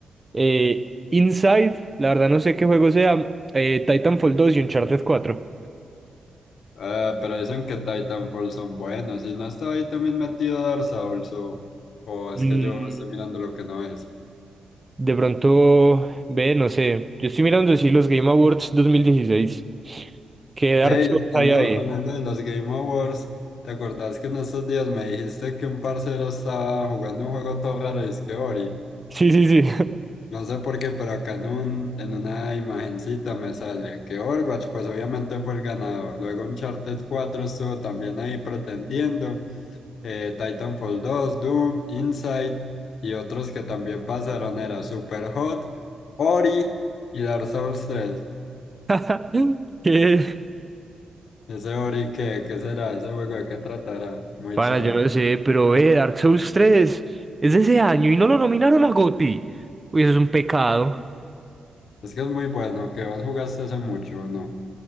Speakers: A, on the right; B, on the left.
A: eh, Inside, la verdad no sé qué juego sea, eh, Titanfall dos y Uncharted cuatro
B: Ah, pero dicen que Titanfall son buenos. Y no está ahí también metido Dark Souls o, o es
A: Mm,
B: que yo estoy mirando lo que no es.
A: De pronto, ve, no sé. Yo estoy mirando si los Game Awards dos mil dieciséis ¿Qué Dark
B: Hey,
A: Souls
B: hablando,
A: hay ahí?
B: hablando
A: <laughs>
B: de los Game Awards, ¿te acordás que en estos días me dijiste que un parcero estaba jugando un juego todo raro y es que Ori?
A: Sí, sí, sí.
B: No sé por qué, pero acá en, un- en una imagencita me sale que Overwatch, pues obviamente fue el ganador. Luego Uncharted cuatro estuvo también ahí pretendiendo. eh, Titanfall dos Doom, Inside y otros que también pasaron era Superhot, Ori y Dark Souls tres
A: <laughs> ¿Qué?
B: Ese Ori, ¿qué, qué será? ¿Ese juego de qué tratará? Muy
A: Pana,
B: chaval.
A: yo no sé, pero ve, Dark Souls tres es de ese año y no lo nominaron a GOTY. Uy, eso es un pecado.
B: Es que es muy bueno, que vos jugaste hace mucho, ¿o ¿no?